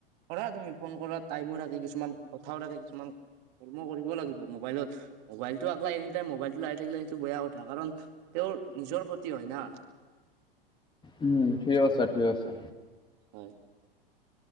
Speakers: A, on the right; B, on the left.
A: কৰা তুমি ফোন কৰা টাইমো লাগে কিছুমান কথাও লাগে কিছুমান। কৰ্ম কৰিব লাগিব মোবাইলত। মোবাইলটো আক এনি টাইম মোবাইলটোলে আহি থাকিলে সেইটো বেয়া কথা কাৰণ তেওঁৰ নিজৰ ক্ষতি হয় না।
B: উম' ঠিক কৈছা, ঠিক কৈছা।
A: হয়।